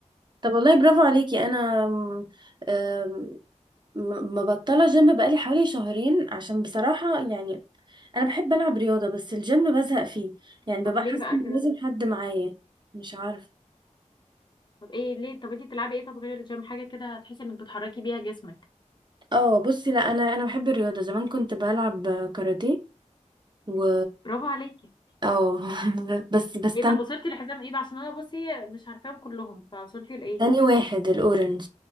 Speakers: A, on the right; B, on the left.
A: طب والله برافو عليكي انا م- آم، م- مبطلة جيم بقالي حوالي شهرين عشان بصراحة يعني انا بحب العب رياضة بس الجيم بزهق فيه يعني ببقى
B: طب ليه
A: حاسة
B: بقى
A: ان
B: كده
A: لازم حد معايا مش عارفة
B: طب ايه ليه طب انتي بتلعبي ايه طب غير الجيم حاجه كده تحسي انك بتحركي بيها جسمك
A: اه بصي لا انا انا بحب الرياضة زمان كنت بلعب كاراتيه و
B: برافو عليكي
A: اه <laughs> بس بستمتع
B: ايه طب وصلتي لحزام ايه بقى عشان انا بصي مش عارفاهم كلهم فوصلتي لايه
A: تاني واحد الاورنج